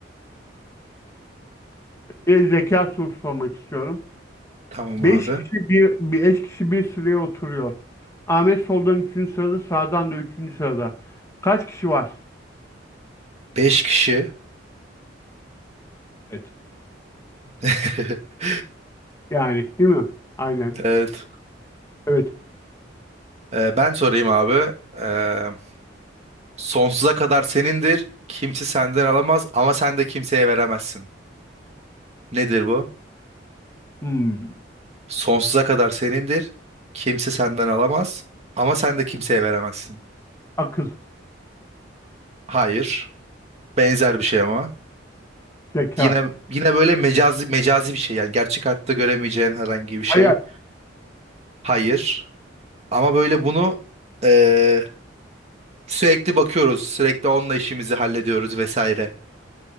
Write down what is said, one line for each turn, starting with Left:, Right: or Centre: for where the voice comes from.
Left: Bir zeka sorusu sormak istiyorum.
Right: Tamam
Left: Beş
Right: abi.
Left: kişi bir, beş kişi bir sıraya oturuyor. Ahmet soldan üçüncü sırada, sağdan da üçüncü sırada. Kaç kişi var?
Right: Beş kişi.
Left: Evet.
Right: <laughs>
Left: Yani, değil mi? Aynen.
Right: Evet.
Left: Evet.
Right: Ee, ben sorayım abi. Ee, sonsuza kadar senindir. Kimse senden alamaz ama sen de kimseye veremezsin. Nedir bu?
Left: Hmm.
Right: Sonsuza kadar senindir. Kimse senden alamaz ama sen de kimseye veremezsin.
Left: Akıl,
Right: Hayır. Benzer bir şey ama.
Left: zeka,
Right: Yine yine böyle mecazi mecazi bir şey yani gerçek hayatta göremeyeceğin herhangi bir şey.
Left: hayal,
Right: Hayır. Ama böyle bunu eee, sürekli bakıyoruz. Sürekli onunla işimizi hallediyoruz vesaire.